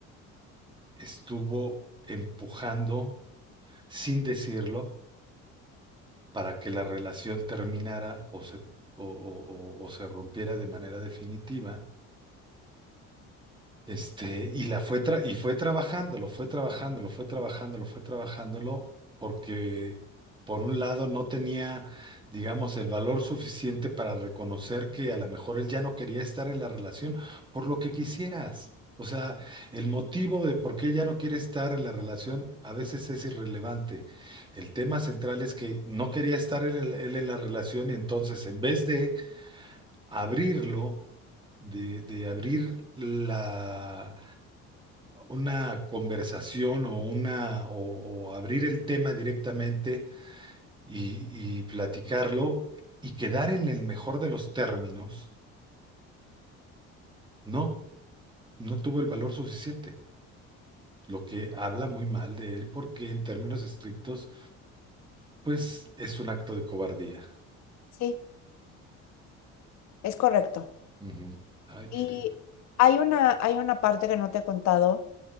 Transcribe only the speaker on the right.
estuvo empujando, sin decirlo, para que la relación terminara o se, o o- o- o se rompiera de manera definitiva Este, y la fue tra- y fue trabajándolo, fue trabajándolo, fue trabajándolo, fue trabajándolo, porque por un lado no tenía, digamos, el valor suficiente para reconocer que a lo mejor él ya no quería estar en la relación por lo que quisieras. O sea, el motivo de por qué ella no quiere estar en la relación a veces es irrelevante. El tema central es que no quería estar él, él en la relación y entonces en vez de abrirlo, de de abrir la una conversación o una o, o abrir el tema directamente y, y platicarlo y quedar en el mejor de los términos, no, no tuvo el valor suficiente, lo que habla muy mal de él porque en términos estrictos, pues es un acto de cobardía.
Ujú. Ay,
querida.